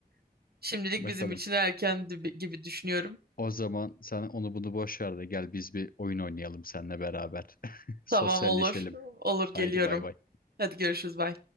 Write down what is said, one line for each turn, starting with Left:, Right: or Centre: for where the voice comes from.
Right: <laughs> Şimdilik
Left: Bakalım.
Right: bizim için erken gibi gibi düşünüyorum.
Left: O zaman sen onu bunu boş ver de gel biz bir oyun oynayalım seninle beraber. <laughs> Sosyalleşelim.
Right: Tamam olur. Olur
Left: Haydi
Right: geliyorum.
Left: bay bay.
Right: Hadi görüşürüz. Bye.